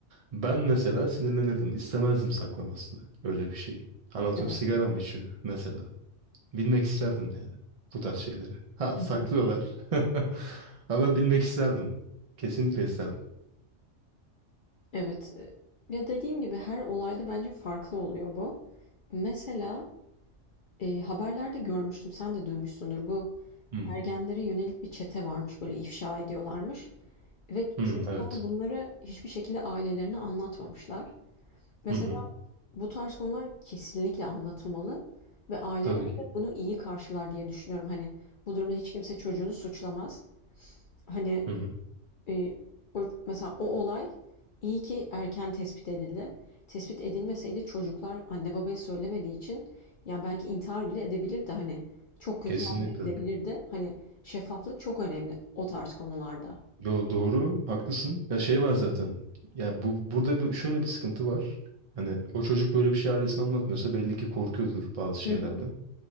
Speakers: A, on the right; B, on the left.
A: Ben mesela sinirlenirdim. İstemezdim saklamasını. Öyle bir şeyin. Anlatıyorum
B: Evet.
A: sigara mı içiyor mesela. Bilmek isterdim yani. Bu tarz şeyleri. Ha saklıyorlar.
B: Hı hı.
A: <laughs> Ama ben bilmek isterdim. Kesinlikle isterdim.
B: Evet. E, Ya dediğim gibi her olayda bence farklı oluyor bu. Mesela E, haberlerde görmüştüm, sen de duymuşsundur. Bu
A: Hı.
B: ergenlere yönelik bir çete varmış, böyle ifşa ediyorlarmış. Ve
A: Hı,
B: çocuklar
A: evet.
B: bunları hiçbir şekilde ailelerine anlatmamışlar. Mesela
A: Hı hı.
B: bu tarz konular kesinlikle anlatılmalı ve aileler
A: Tabii
B: de
A: ki.
B: bunu iyi karşılar diye düşünüyorum. Hani bu durumda hiç kimse çocuğunu suçlamaz. Hani
A: Hı hı.
B: e, o- mesela o olay iyi ki erken tespit edildi. Tespit edilmeseydi çocuklar anne babaya söylemediği için ya belki intihar bile edebilirdi hani çok kötü
A: Kesinlikle.
B: yerlere gidebilirdi. Hani şeffaflık çok önemli o tarz konularda.
A: Yo, doğru. Haklısın. Ya şey var zaten. Ya bu burada bir- şöyle bir sıkıntı var. Hani o çocuk böyle bir şey ailesine anlatmıyorsa belli ki korkuyordur bazı şeylerden.
B: Hı hı.